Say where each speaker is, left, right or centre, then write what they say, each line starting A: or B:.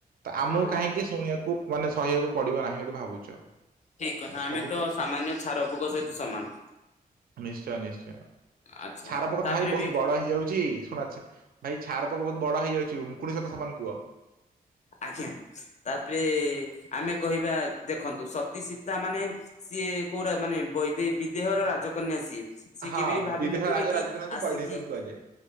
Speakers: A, on the right (about 65°); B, on the left (about 45°).
A: ତ
B: ହଁ
A: ଆମକୁ କାହିଁକି ଶୁଣିବାକୁ ମାନେ ସହିବାକୁ ପଡିବ ନାହିଁ ବୋଲି ଭାବୁଛ।
B: ଠିକ କଥା ଆମେ
A: ସବୁ
B: ତ
A: କିଛି
B: ସାମାନ୍ୟ ଛାର ପୋକ ସହିତ ସମାନ
A: ନିଶ୍ଚୟ ନିଶ୍ଚୟ
B: ଆଚ୍ଛା
A: ଛାର ପୋକ
B: ତାପରେ
A: ତ ଭାଇ ବହୁତ
B: ବି
A: ବଡ ହେଇଯାଉଛି ଶୁଣଛ ଭାଇ ଛାର ପୋକ ବହୁତ ବଡ ହେଇଯାଉଛି ଉକୁଣୀ ସହିତ ସମାନ କୁହ।
B: ଆଜ୍ଞା ତାପରେ ଆମେ କହିବା ଦେଖନ୍ତୁ ସତୀ ସୀତା ମାନେ ସିଏ କୋଉଟା ମାନେ ବିଦେହର ରାଜକନ୍ୟା ସିଏ। ସେି
A: ହଁ
B: କେବେ ବି ଭାବିିନଥିଲେ
A: ବିଦେହ ରାଜ
B: କି
A: ରାଜକନାଥ
B: ଆସିକି
A: ବୈଦେହୀଙ୍କୁ କୁହାଯାଏ।